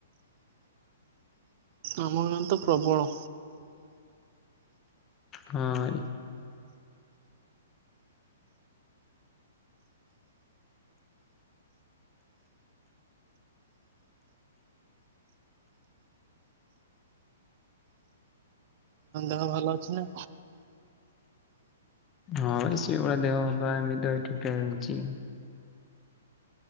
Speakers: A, on the right; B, on the left.
A: ଆମ ଗାଁ ରେ ତ ପ୍ରବଳ।
B: ହଁ।
A: ହଁ ଭଲ ଅଛି ନା?
B: ହଁ ଭାଇ ସେଇ ଭଳିଆ ଦେହ ଏମିତି ଠିକ୍ ଠାକ ଚାଲିଚି।